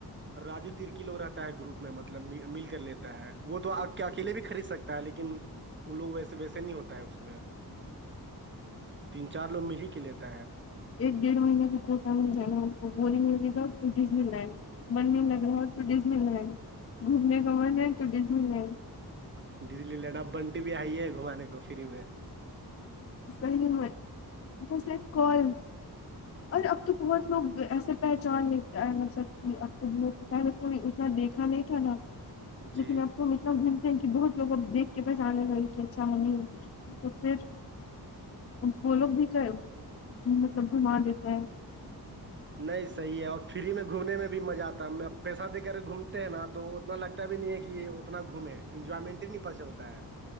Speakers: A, on the right; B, on the left.
A: راجو ترکی لوگ رہتا ہے گروپ میں مطلب مل کر لیتا ہے وہ تو آپ کے اکیلے بھی خرید سکتے ہوتا ہے لیکن ان لوگ ویسے ویسے نہیں ہوتا ہے اس میں تین چار لوگ مل ہی کے لیتا ہے
B: ایک ڈیڑھ مہینے کا کوٹہ مل جائے گا ہم کو بورنگ لگے گا پھر ڈیزنی لینڈ من نہیں لگ رہا ہے تو ڈیزنی لینڈ گھومنے کا من ہے تو ڈیزنی لینڈ
A: ڈیزنی لینڈ اب بنٹی بھی آئی ہے گھومانے کو فری میں
B: صحیح میں بس ایک کال اور اب تو بہت لوگ ایسے پہچان لیتا ہے مطلب کہ اب تو بہت پہلے کوئی ات نا دیکھا نہیں تھا نا
A: جی
B: لیکن اب تو میں لگ ملتے ہیں کہ بہت لوگ اب دیکھ کے پہچانے لگے کے اچھا نہیں تو پھر وہ لوگ بھی تو ہے مطلب گھما دیتا ہے
A: نہیں صحیح ہے اور فری میں گھومنے میں بھی مزہ آتا ہے پیسہ دے کر گھومتے ہیں نا تو اتنا لگ تا بھی نہیں ہے کہ یہ اتنا گھومے ہیں انجوائمنٹ ہی نہیں پتا چلتا ہے